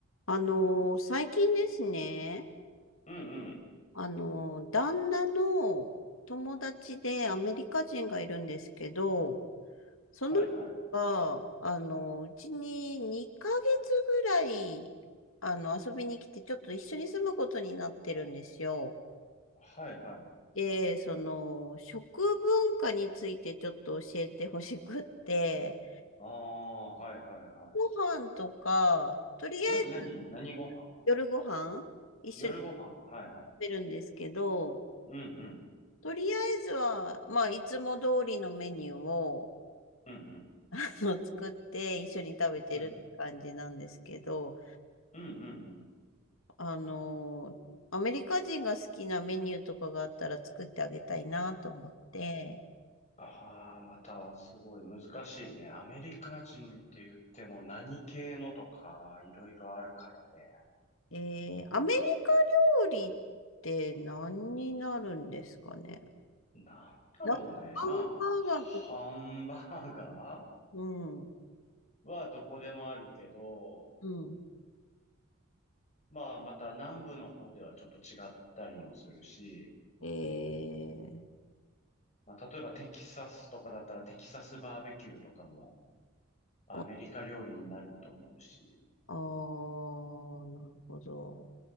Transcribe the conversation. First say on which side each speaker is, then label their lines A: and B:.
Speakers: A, on the left (about 80°); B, on the left (about 35°).
A: あのー最近ですね、
B: うんうん。
A: あのー旦那の友達でアメリカ人がいるんですけど、その人が、
B: はいはい。
A: あのーうちに2ヶ月ぐらい、あの、遊びに来て、ちょっと一緒に住むことになってるんですよ。
B: はいはい。
A: で、その、食文化についてちょっと教えてほしくって、
B: ああ、はいはいは
A: ご飯とか、とりあえず
B: い。ん何何ご飯
A: 夜ご飯一緒に
B: 夜ご飯はいはい。
A: 食べるんですけど、
B: うんうん。
A: とりあえずは、まあ、いつも通りのメニューを
B: うんうん。
A: <laughs> あの作って一緒に食べてるって感じなんですけど、
B: うん。うんうんうん。
A: あのアメリカ人が好きなメニューとかがあったら作ってあげたいなと思って、
B: ああ、またすごい難しいね。アメリカ人って言っても何系のとかいろいろあるからね。
A: えー、アメリカ料理って何になるんですかね。
B: なんだろうね。
A: な、ハン
B: まあ、ハンバーガー
A: バーガーとかうん、
B: はどこでもあるけど、
A: うん。
B: まあまた南部の方ではちょっと違ったりもするし、
A: えー、
B: まあ、例えばテキサスとかだったらテキサスバーベキューとかもアメリカ料理になると思うし、
A: おあー、なるほど。